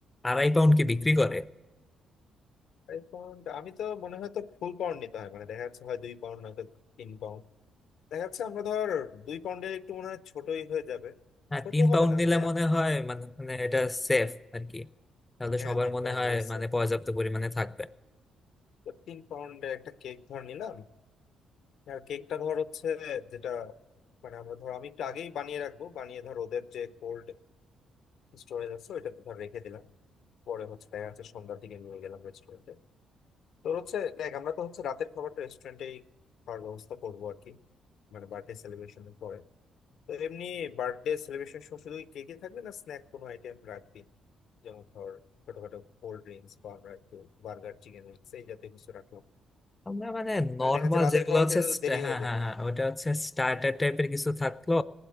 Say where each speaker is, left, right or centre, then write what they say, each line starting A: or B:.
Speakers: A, on the left; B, on the left.
A: আড়াই পাউন্ড কি বিক্রি করে
B: Five pound আমি তো মনে হয় তো ফুল পাউন্ড নিতে হয় মানে দেখা যাচ্ছে হয় দুই পাউন্ড নয়তো তিন পাউন্ড দেখা যাচ্ছে আমরা ধর দুই পাউন্ডের একটু মনে হয় ছোটই হয়ে যাবে
A: হ্যাঁ
B: ছোট
A: তিন পাউন্ড
B: হবে না
A: নিলে
B: মানে
A: মনে হয় মানে মানে এটা সেফ আর কি তাহলে
B: হ্যাঁ
A: সবার
B: তিন
A: মনে
B: পাউন্ড
A: হয়
B: নিলে
A: মানে
B: safe।
A: পর্যাপ্ত পরিমাণে থাকবে
B: তো তিন পাউন্ডের একটা কেক ধর নিলাম আর কেকটা ধর হচ্ছে যেটা মানে আমরা ধর আমি একটু আগেই বানিয়ে রাখবো বানিয়ে ধর ওদের যে কোল্ড স্টোরেজ আছে ওইটাতে ধর রেখে দিলাম পরে হচ্ছে দেখা যাচ্ছে সন্ধ্যার দিকে নিয়ে গেলাম রেস্টুরেন্টে তোর হচ্ছে দেখ আমরা তো হচ্ছে রাতের খাবারটা রেস্টুরেন্টেই খাওয়ার ব্যবস্থা করবো আর কি মানে বার্থডে সেলিব্রেশনের পরে তো এমনি বার্থডে সেলিব্রেশন সময় শুধু কেকে থাকবে না স্ন্যাক কোনো আইটেম রাখবি যেমন ধর ছোটখাটো কোল্ড ড্রিঙ্কস বা আমরা একটু বার্গার চিকেন উইংস এই জাতীয় কিছু রাখলাম
A: আমরা মানে
B: মানে
A: নর্মাল
B: দেখা যাচ্ছে রাতের
A: যেগুলো
B: খাবার
A: হচ্ছে
B: খেতে তো
A: st-
B: দেরি
A: হ্যাঁ
B: হয়ে যাবে
A: হ্যাঁ হ্যাঁ ওটা হচ্ছে স্টার্টার টাইপের কিছু থাকলো